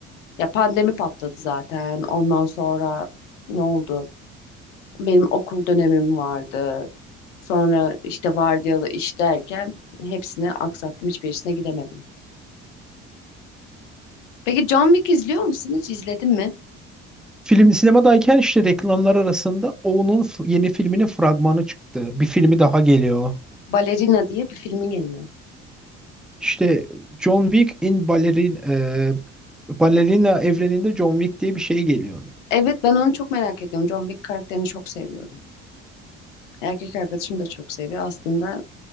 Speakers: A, on the left; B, in the centre.
A: Ya pandemi patladı zaten. Ondan sonra ne oldu? Benim okul dönemim vardı. Sonra işte vardiyalı iş derken hepsini aksattım. Hiçbirisine gidemedim. Peki John Wick izliyor musun? Hiç izledin mi?
B: Film sinemadayken işte reklamlar arasında onun f- yeni filminin fragmanı çıktı. Bir filmi daha geliyor.
A: Balerina diye bir filmi geliyor.
B: İşte John Wick in Ballerin, e, Ballerina evreninde John Wick diye bir şey geliyordu.
A: Evet ben onu çok merak ediyorum. John Wick karakterini çok seviyorum. Erkek arkadaşım da çok seviyor. Aslında